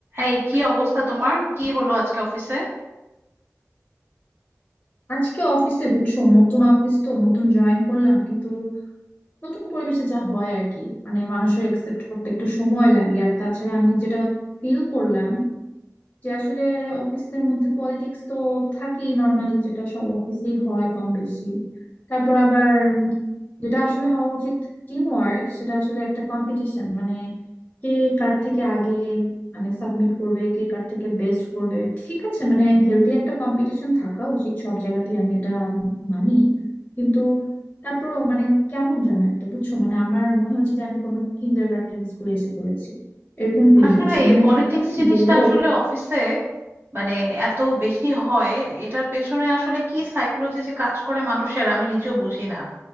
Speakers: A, on the right; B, on the left.
A: এই কি অবস্থা তোমার? কি হলো আজকে অফিসে?
B: আজকে অফিসে বুঝছো নতুন অফিস তো নতুন জয়েন করলাম কিন্তু নতুন পরিবেশে যা হয় আর কি মানে মানুষের একসেপ্ট করতে একটু সময় লাগে আর তাছাড়া আমি যেটা ফিল করলাম যে আসলে অফিসের মধ্যে পলিটিক্স তো থাকেই নর্মালি যেটা সব অফিসেই হয় কম বেশি তারপর আবার যেটা আসলে হওয়া উচিত টিম ওয়ার্ক সেটা আসলে একটা কম্পিটিশন মানে কে কার থেকে আগে মানে সাবমিট করবে কে কার থেকে বেস্ট করবে ঠিক আছে মানে হেলদি একটা কম্পিটিশন থাকা উচিত সব জায়গাতে আমি এটা মানি কিন্তু তারপরও মানে কেমন যেন একটা বুঝছো মানে আমার মনে হচ্ছে যে আমি কোনো কিন্ডার গার্ডেন স্কুলে এসে পড়েছি এরকম ফিল
A: আসলে
B: হচ্ছে
A: এই
B: মানে
A: পলিটিক্স
B: তুমি তো আমাকে
A: জিনিসটা
B: বললো
A: আসলে অফিসে মানে এত বেশি হয় এটার পেছনে আসলে কি সাইকোলজি যে কাজ করে মানুষের আমি নিজেও বুঝি না